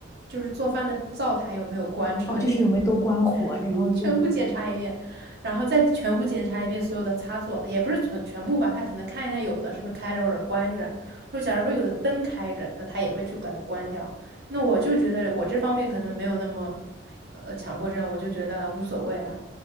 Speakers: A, on the right; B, on the left.
A: 就是做饭的灶台有没有关之类的，
B: 哦，就是有没有多关火，
A: <laughs>
B: 然后就也，
A: 全部检查一遍，然后再全部检查一遍所有的插座，也不是全全部吧，他可能看一下有的是不是开着或者关着。说假如说有的灯开着，那他也会去把它关掉。那我就觉得我这方面可能没有那么呃强迫症，我就觉得无所谓了。